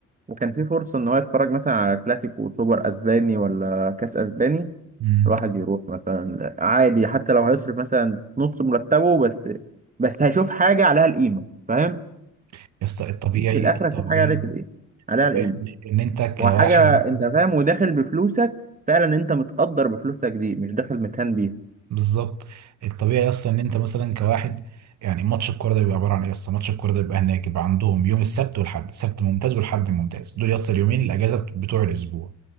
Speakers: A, on the right; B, on the right.
A: وكان في فرصة إن هو يتفرج مثلا على كلاسيكو وسوبر أسباني ولا كأس أسباني
B: مم.
A: الواحد يروح مثلا عادي حتى لو هيصرف مثلا نص مرتبه بس بس هيشوف حاجة عليها القيمة فاهم
B: يا اسطى الطبيعي
A: في الآخر
B: الطبيعي
A: هيشوف حاجة عليك الإيه عليها
B: الطبيعي
A: القيمة
B: ان إن انت
A: وحاجة
B: كواحد مثلا
A: انت فاهم وداخل بفلوسك فعلا انت متقدر بفلوسك دي مش داخل متهان بيها
B: بالظبط الطبيعي يا اسطى ان انت مثلا كواحد يعني ماتش الكوره ده بيبقى عباره عن ايه يا اسطى ماتش الكوره ده بيبقى هناك يبقى عندهم يوم السبت والحد السبت ممتاز والحد ممتاز دول يا اسطى اليومين الاجازه بت- بتوع الاسبوع